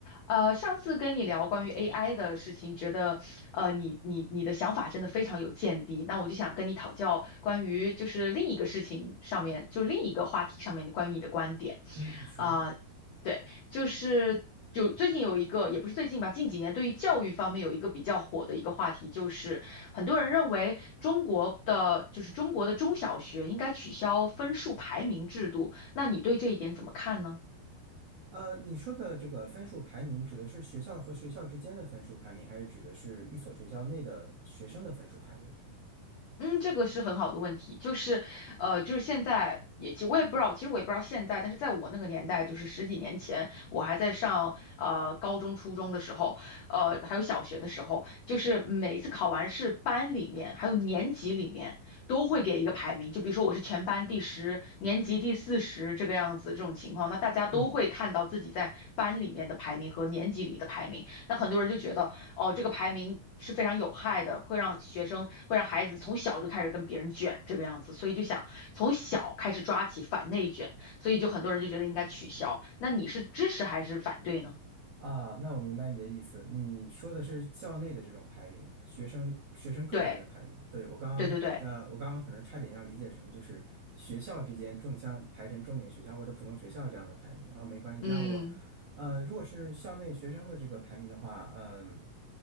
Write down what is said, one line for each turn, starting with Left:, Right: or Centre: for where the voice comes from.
Left: 呃，上次跟你聊关于 AI 的事情，觉得呃，你你你的想法真的非常有见地。那我就想跟你讨教关于就是另一个事情上面，就另一个话题上面的关于你的观点
Right: 嗯，你说，
Left: 啊、对，就是就最近有一个，也不是最近吧，近几年对于教育方面有一个比较火的一个话题，就是很多人认为中国的就是中国的中小学应该取消分数排名制度。那你对这一点怎么看呢？
Right: 呃，你说的这个分数排名指的是学校和学校之间的分数排名，还是指的是一所学校内的学生的分数排名？
Left: 嗯，这个是很好的问题，就是，呃，就是现在也，其实我也不知道，其实我也不知道现在，但是在我那个年代，就是十几年前，我还在上呃高中、初中的时候，呃，还有小学的时候，就是每次考完试，班里面还有年级里面都会给一个排名，就比如说我是全班第十，年级第四十这个样子，这种情况，那大家都会看到自己在班里面的排名和年级里的排名，
Right: 嗯。
Left: 那很多人就觉得。哦，这个排名是非常有害的，会让学生，会让孩子从小就开始跟别人卷这个样子，所以就想从小开始抓起反内卷，所以就很多人就觉得应该取消。那你是支持还是反对呢？
Right: 啊，那我明白你的意思。你说的是校内的这种排名，学生学生个人的排名。
Left: 对，
Right: 对，我刚刚呃，
Left: 对对对，
Right: 我刚刚可能差点要理解成就是学校之间重像排成重点学校或者普通学校这样的排名。哦，没关系。
Left: 嗯
Right: 那我呃，如果是校内学生的这个排名的话，嗯，